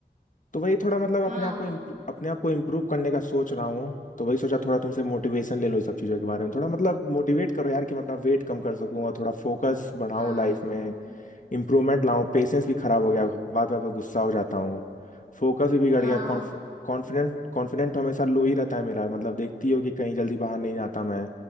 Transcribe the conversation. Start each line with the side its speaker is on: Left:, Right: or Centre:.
Left: तो वही थोड़ा मतलब
Right: हाँ
Left: अपने आप को इम्प- अपने आप को इम्प्रूव करने का सोच रहा हूँ तो वही सोचा थोड़ा तुमसे मोटिवेशन ले लो इस सब चीज़ों के बारे में थोड़ा मतलब मोटिवेट करो यार कि मैं अपना वेट कम कर सकूँ और थोड़ा फोकस बढ़ाऊँ
Right: हाँ
Left: लाइफ
Right: हाँ
Left: में इम्प्रूवमेंट लाऊँ पेशेंस भी खराब हो गया बात बात पे गुस्सा हो जाता हूँ फोकस भी बिगड़
Right: हाँ
Left: गया कॉन्फिडेंट कॉन्फिडेंट हमेशा लो ही रहता है मेरा मतलब देखती हो कि कहीं जल्दी बाहर नहीं आता मैं